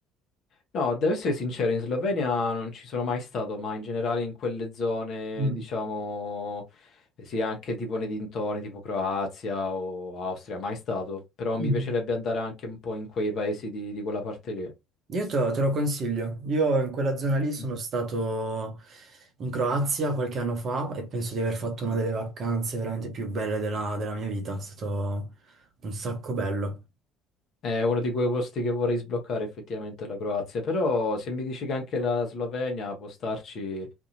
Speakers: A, on the left; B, on the right.
A: No, devo essere sincero, in Slovenia non ci sono mai stato, ma in generale in quelle zone,
B: Mm.
A: diciamo, eh, sì, anche tipo nei dintorni, tipo Croazia o Austria, mai stato, però mi
B: Mhm.
A: piacerebbe andare anche un po' in quei paesi di, di quella parte lì.
B: Io te, te lo consiglio, io in quella zona lì sono
A: Mhm.
B: stato in Croazia qualche anno fa e penso di aver fatto
A: Mm.
B: una delle vacanze veramente più belle della, della mia vita, è stato un sacco bello.
A: È uno di quei posti che vorrei sbloccare effettivamente la Croazia, però se mi dici che anche la Slovenia può starci,